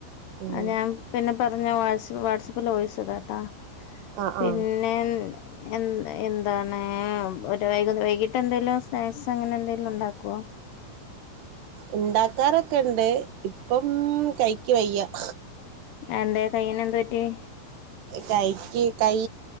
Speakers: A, on the right; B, on the left.
A: ഉം
B: അ ഞാൻ പിന്നെ പറഞ്ഞാ വാട്സ്അപ്പ് വാട്സ്ആപ്പിൽ വോയിസുടാട്ടോ
A: ആ
B: പിന്നെ-
A: ആ
B: എന്ത്‌ എന്താണ് ഒരു വൈ വൈകീട്ട് എന്തെങ്കിലും സ്നാക്സ് അങ്ങനെ എന്തെങ്കിലും ഉണ്ടാക്കോ
A: ഉണ്ടാക്കാറൊക്കെ ണ്ട് ഇപ്പം കൈക്ക് വയ്യാ-
B: അതെന്താ കയ്യിന് എന്താ പറ്റിയേ
A: കൈക്ക് കൈ